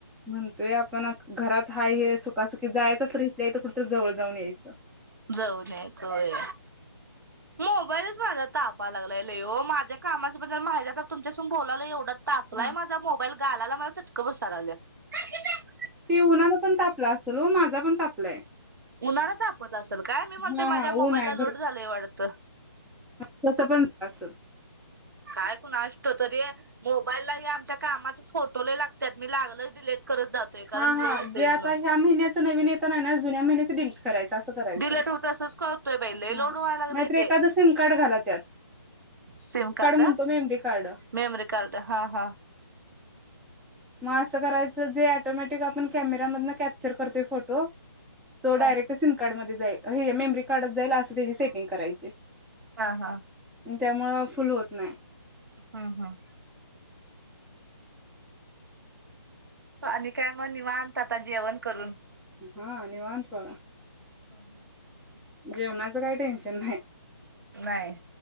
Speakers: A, in the centre; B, on the right (about 50°).
A: म्हणतोय आपण घरात हाय हे सुखासुखी जायचच असलं तर हितल्या हित कुट जवळ जाऊन यायचं
B: जाऊन यायचं होय मोबाईल माझा तापा लागलाय ल हो माझ्या कामाबद्दल माहिती तर तुमच्यासंग बोलालोय एवढं तापलाय
A: हा
B: माझा मोबाईल गालाला मला चटक बसायला लागल्यात <unintelligible>
A: ते उन्हाला पण तापला असेल हो माझा पण तापलंय
B: उन्हाच आपत असल काय मी म्हणतोय
A: हा
B: माझ्या
A: हा ऊन
B: मोबाईलला
A: आहे
B: लोड झालंय वाटत
A: तस पण असेल
B: काय कुना स्टो तरी मोबाईललाही आमच्या कामाचे फोटो लइ लागत्यात मी लागलच डिलीट करत जातोय कारण
A: हा हा
B: लोड होतय
A: जे आता
B: म्हणून
A: ह्या महिन्याचं नवीन येतं नाही ना जुन्या महिन्याचं डिलीट करायचं असं करायचं.
B: डिलेट होतसच करतोय पहिले लई
A: हा.
B: लोड व्हायला लागलय
A: नाहीतर एखादं
B: ते
A: सिम कार्ड घाला त्यात
B: सिम कार्ड
A: म्हणतो मेमरी कार्ड.
B: मेमरी कार्ड हा हा
A: मग असं करायचं जे ऑटोमॅटिक आपण कॅमेरामधन कॅप्चर करतोय फोटो तो
B: हा
A: डायरेक्ट सिम कार्ड मधेच मेमरी कार्ड जाईल असं त्याची सेटिंग करायची
B: हा हा
A: त्यामुळ फुल होत नाही
B: हम्म हम्म आणि काय मग निवांत आता जेवण करून
A: हा निवांत बघा
B: हंं हं
A: जेवणाचं काही टेन्शन नाही
B: नाही